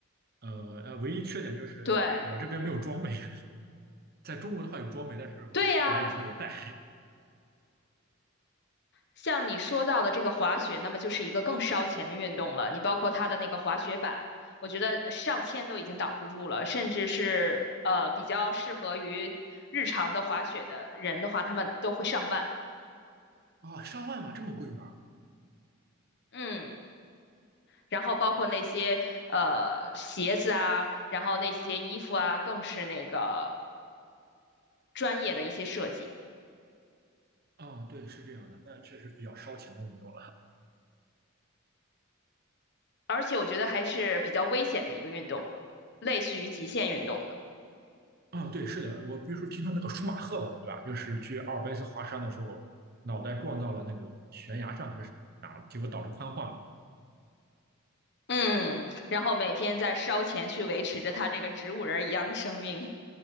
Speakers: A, on the right (about 50°); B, on the left (about 55°).
A: 呃呃，唯一缺点就是我这边没有装备，
B: 对。
A: <laughs> 在中国的话有装备，但是我过来也没有带。
B: 对呀，像你说到的这个滑雪，那么就是一个更烧钱的运动了。你包括它的那个滑雪板，我觉得上千都已经挡不住了，甚至是呃比较适合于日常的滑雪的人的话，他们都会上万。
A: 啊、上万吗？这么贵吗？
B: 嗯，然后包括那些呃鞋子啊，然后那些衣服啊，更是那个专业的一些设计，
A: 啊、对，是这样的，那确实比较烧钱的运动。
B: 而且我觉得还是比较危险的一个运动，类似于极限运动。
A: 嗯，对，是的，我比如说听说那个舒马赫吧，对吧？就是去阿尔卑斯华山的时候，脑袋撞到了那个悬崖上还是哪儿，结果导致瘫痪了。
B: 嗯，然后每天在烧钱去维持着他这个植物人儿一样的生命。